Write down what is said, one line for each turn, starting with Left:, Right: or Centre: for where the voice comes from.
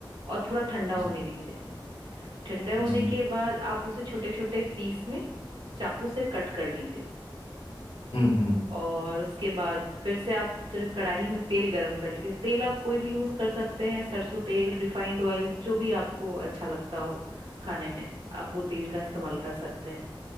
Right: और थोड़ा ठंडा होने
Left: जी
Right: दीजिए ठंडे होने
Left: जी
Right: के बाद आप उसे छोटे छोटे पीस में चाकू से कट कर लीजिए
Left: हम्म हम्म
Right: और उसके बाद फिर से आप फिर कढ़ाई में तेल गरम कर लीजिए तेल आप कोई भी यूज कर सकते हैं सरसों तेल रिफाइंड ऑयल जो भी आपको अच्छा लगता हो खाने में आप वो तेल का इस्तेमाल कर सकते हैं